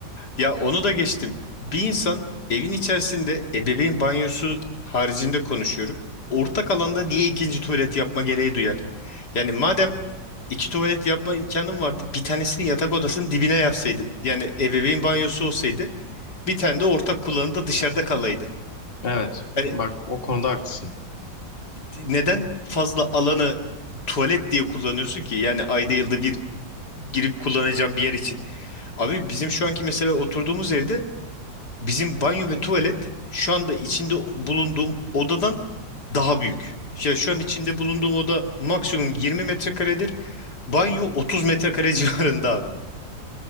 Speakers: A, on the left (about 65°); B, on the left (about 30°).
A: Ya onu da geçtim. Bir insan evin içerisinde ebeveyn banyosu haricinde konuşuyorum. Ortak alanda niye ikinci tuvalet yapma gereği duyar? Yani madem iki tuvalet yapma imkanın vardı bir tanesini yatak odasının dibine yapsaydın. Yani ebeveyn banyosu olsaydı bir tane de ortak kullanımda dışarıda kalaydı.
B: Evet.
A: Yani
B: Bak o konuda haklısın.
A: neden fazla alanı tuvalet diye kullanıyorsun ki? Yani ayda yılda bir girip kullanacağım bir yer için. Abi bizim şu anki mesela oturduğumuz evde bizim banyo ve tuvalet şu anda içinde bulunduğum odadan daha büyük. Ya şu an içinde bulunduğum oda maksimum 20 metrekaredir. Banyo 30 metrekare <laughs> civarında abi.